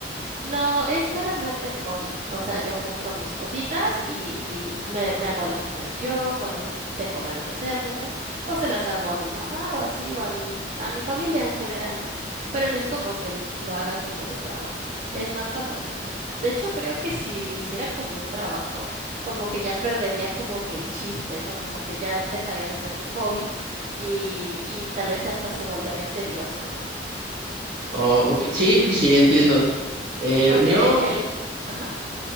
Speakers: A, on the right (about 45°); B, on the right (about 70°).
A: No, es meramente hobby. O sea, yo compro mis cositas y, y me, me hago las uñas yo cuando tengo ganas de hacérmelas, o se las hago a mi mamá o así, o a mi, a mi familia en general, ¿no? Pero no es como que lo, lo haga como de trabajo, es más pasatiempo. De hecho, creo que si lo hiciera como un trabajo, como que ya perdería como que el chiste, ¿no? Como que ya dejaría de ser un hobby y, y tal vez hasta se volvería tedioso, ¿no?
B: Oh, ok. Sí, pues sí, entiendo. Eh,
A: Porque
B: yo,
A: el...
B: bu-
A: Ajá.